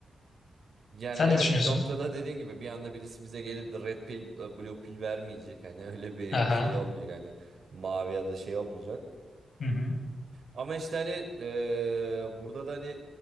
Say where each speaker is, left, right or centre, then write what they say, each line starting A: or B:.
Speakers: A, on the right; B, on the left.
A: Yani
B: Sen
A: evet
B: ne düşünüyorsun?
A: bir noktada dediğin gibi bir anda birisi bize gelip de red pill e, blue pill vermeyecek. Hani <laughs> öyle bir
B: Aha.
A: şey olmayacak hani mavi ya da şey olmayacak.
B: Hı hı.
A: Ama işte hani e, burada da hani